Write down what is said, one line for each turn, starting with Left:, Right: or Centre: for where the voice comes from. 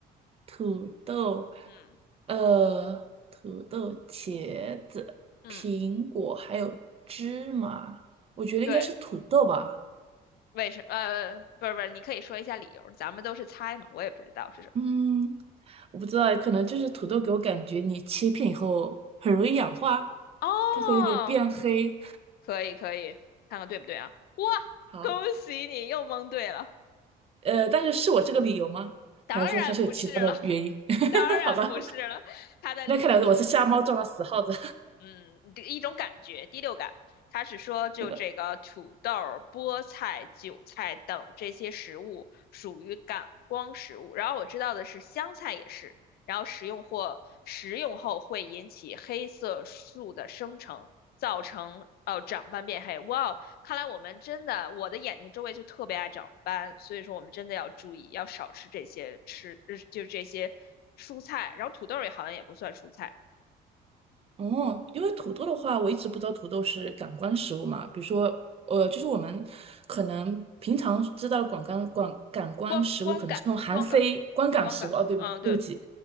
Right: 土豆，
Left: 嗯
Right: 呃，土豆、茄子、
Left: 嗯，
Right: 苹果还有芝麻，我觉得应该是土豆吧。
Left: 对，为什呃，不是不是，你可以说一下理由，咱们都是猜嘛，我也不知道是什么。
Right: 嗯，我不知道，可能就是土豆给我感觉你切片以后很容易氧化，
Left: 哦，
Right: 它会有点变黑。
Left: 可以可以，看看对不对啊？哇，
Right: 好，
Left: 恭喜你又蒙对了，
Right: 呃，但是是我这个理由吗？
Left: 当然不是了，
Right: 还是说它是有其他的原因？
Left: <laughs>
Right: <laughs>
Left: 当然不是了，
Right: 好吧，
Left: 他的理由是。
Right: 那看来我是瞎猫撞到死耗子。
Left: 嗯，你的一种感觉，第六感，他是说就这个土豆儿、
Right: <laughs> 是的，
Left: 菠菜、韭菜等这些食物属于感光食物。然后我知道的是香菜也是，然后食用或食用后会引起黑色素的生成，造成哦长斑变黑。哇哦，看来我们真的，我的眼睛周围就特别爱长斑，所以说我们真的要注意，要少吃这些吃，呃就这些蔬菜。然后土豆儿也好像也不算蔬菜。
Right: 哦，因为土豆的话，我一直不知道土豆是感官食物嘛。比如说，呃，就是我们可能平常知道的广感广感官食物，
Left: 光光感光感
Right: 可能是那种含 C 观感食物。
Left: 光感，
Right: 哦，对不对？
Left: 嗯，对，
Right: 对不起，